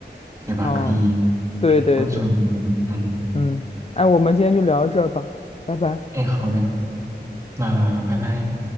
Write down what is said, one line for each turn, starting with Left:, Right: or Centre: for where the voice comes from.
Right: 对吧？
Left: 嗯，
Right: 可以
Left: 对对对，
Right: 帮助你，对吧？嗯，
Left: 嗯，哎，我们今天就聊到这儿吧，拜拜。
Right: 哎，好嘞，那拜拜。